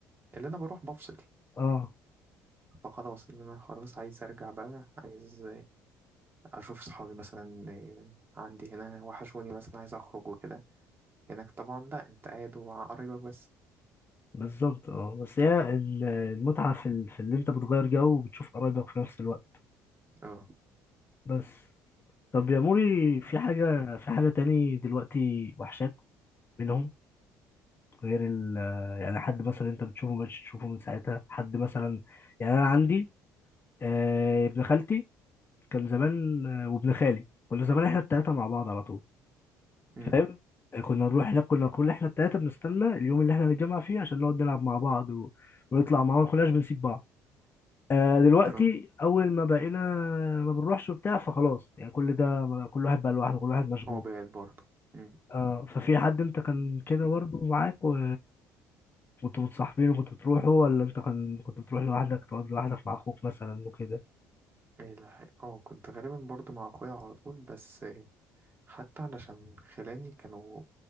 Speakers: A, on the right (about 30°); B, on the left (about 30°).
A: اللي انا بروح بفصل
B: اه
A: فخلاص إن أنا خلاص عايز أرجع بقى عايز أشوف صحابي مثلا آه، عندي هنا وحشوني مثلا عايز أخرج وكده هناك طبعا لأ أنت قاعد ومع قرايبك بس
B: بالظبط اه بس هي ال- المتعة في, ال... في اللي انت بتغير جو وبتشوف قرايبك في نفس الوقت
A: اه
B: بس طب يا موري في حاجة في حاجة تاني دلوقتي وحشاك منهم غير ال آه، يعني حد مثلا انت بتشوفه مش تشوفه من ساعتها حد مثلا يعني انا عندي آه، ابن خالتي كان زمان آه، وابن خالي كنا زمان احنا التلاتة مع بعض على طول
A: أمم.
B: فاهم آه، كنا نروح هناك كنا كل احنا التلاتة بنستنى اليوم اللي احنا نتجمع فيه عشان نقعد نلعب مع بعض و... ونطلع مع بعض ما كناش بنسيب بعض آه، دلوقتي
A: اه
B: اول ما بقينا ما بنروحش وبتاع فخلاص يعني كل ده كل واحد بقى لوحده كل واحد مشغول
A: هو بعيد برضه أمم.
B: اه ففي حد انت كان كده برضه معاك و... كنتوا متصاحبين وكنتوا بتروحوا ولا انت كان كنت بتروح لوحدك تقعد لوحدك مع اخوك مثلا وكده
A: ايه ده اه كنت غالبا برضه مع أخويا على طول بس آه، حتى علشان خلاني كانوا